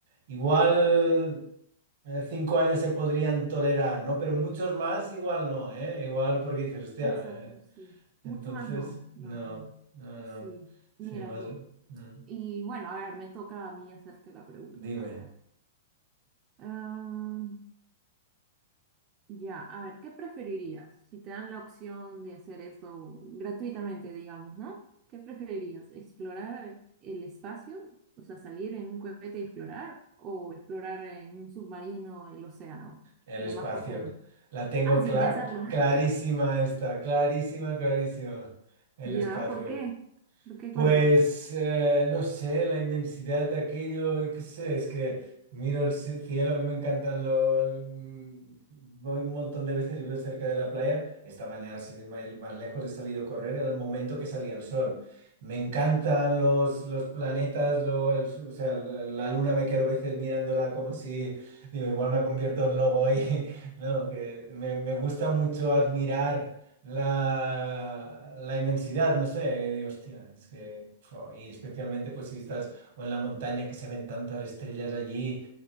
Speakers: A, on the right; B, on the right.
A: igual eh, cinco años se podrían tolerar, ¿no? Pero muchos más igual no, ¿eh? Igual porque dices, hostia,
B: Exacto,
A: ¿eh?
B: sí.
A: Entonces,
B: Mucho más no.
A: no,
B: No, no, no.
A: no, no.
B: Sí,
A: Sí,
B: mira
A: más...
B: tú.
A: mm,
B: Y bueno, a ver, me toca a mí hacerte la pregunta.
A: Dime.
B: A ver. Ah, Ya, a ver, ¿qué preferirías? Si te dan la opción de hacer esto gratuitamente, digamos, ¿no? ¿Qué preferirías? ¿Explorar el espacio? O sea, salir en un cohete y explorar, o explorar en un submarino el océano,
A: El
B: lo
A: espacio.
B: más profundo.
A: La tengo
B: Ah, sin
A: cla-
B: pensarlo. <laughs>
A: clarísima esta, clarísima, clarísima. El
B: Ya,
A: espacio.
B: ¿por qué? ¿Por qué?
A: Pues
B: Cuéntame.
A: eh, no sé, la inmensidad de aquello, yo qué sé, es que miro el ci- cielo, a mí me encantan los... mm, Voy un montón de veces y vivo cerca de la playa. Esta mañana, sin ir mai- más lejos, he salido a correr al momento que salía el sol. Me encantan los, los planetas, lo- el- o sea, la, la luna me quedo a veces mirándola como si, digo, igual me convierto en lobo ahí. <laughs> No, que me, me gusta mucho admirar la, la inmensidad, no sé, eh, digo, hostia, es que, jo, y especialmente pues si estás o en la montaña que se ven tantas estrellas allí,